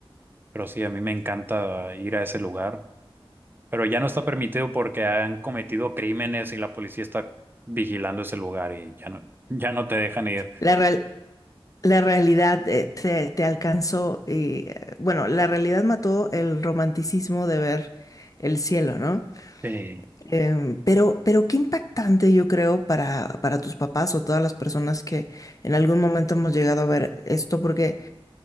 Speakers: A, on the right; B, on the left.
A: pero sí, a mí me encanta ir a ese lugar. Pero ya no está permitido porque han cometido crímenes y la policía está vigilando ese lugar y ya no, ya no te dejan ir.
B: La real- la realidad eh, te, te alcanzó y, eh, bueno, la realidad mató el romanticismo de ver el cielo, ¿no?
A: Sí,
B: Em, pero, pero qué impactante yo creo para, para tus papás o todas las personas que en algún momento hemos llegado a ver esto, porque